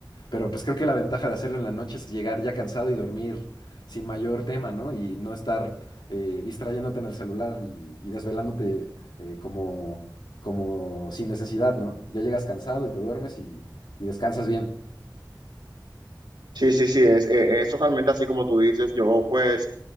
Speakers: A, on the left; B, on the right.
A: Pero pues creo que la ventaja de hacerlo en la noche es llegar ya cansado y dormir sin mayor tema, ¿no? Y no estar eh, distrayéndote en el celular y, y desvelándote eh, como, como sin necesidad, ¿no? Ya llegas cansado y te duermes y, y descansas bien.
B: Sí, sí, sí, es, eh, es totalmente así como tú dices, yo pues